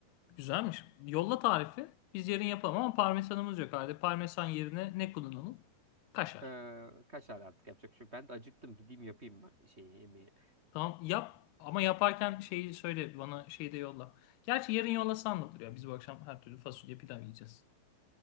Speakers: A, on the left; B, on the right.
A: Güzelmiş. Yolla tarifi. Biz yarın yapalım ama parmesanımız yok. Hadi parmesan yerine ne kullanalım? Kaşar.
B: Ee, kaşar artık yapacak bir şey yok. Ben de acıktım. Gideyim yapayım bak şeyi, yemeği.
A: Tamam yap ama yaparken şeyi söyle bana şeyi de yolla. Gerçi yarın yollasan da olur ya. Biz bu akşam her türlü fasulye pilav yiyeceğiz.